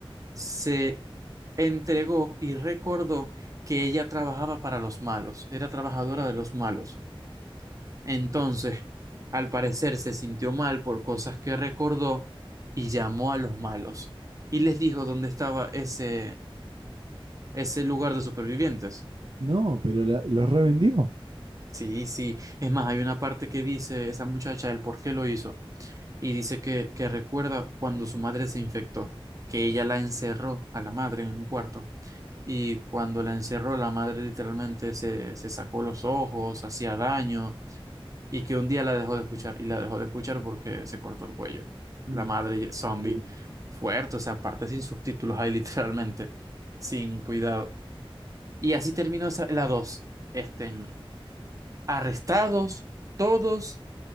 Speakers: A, on the right (about 35°); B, on the right (about 60°).
A: se entregó y recordó que ella trabajaba para los malos, era trabajadora de los malos. Entonces, al parecer, se sintió mal por cosas que recordó y llamó a los malos y les dijo dónde estaba ese, ese lugar de supervivientes.
B: No, pero la- los revendió.
A: Sí, sí. Es más, hay una parte que dice esa muchacha el por qué lo hizo. Y dice que, que recuerda cuando su madre se infectó, que ella la encerró a la madre en un cuarto. Y cuando la encerró, la madre literalmente se, se sacó los ojos, hacía daño, y que un día la dejó de escuchar, y la dejó de escuchar porque se cortó el cuello. La
B: No,
A: madre ye- zombie,
B: terrible.
A: fuerte, o sea, aparte sin subtítulos ahí <laughs> literalmente, sin cuidado. Y así terminó esa- la 2 este, arrestados, todos,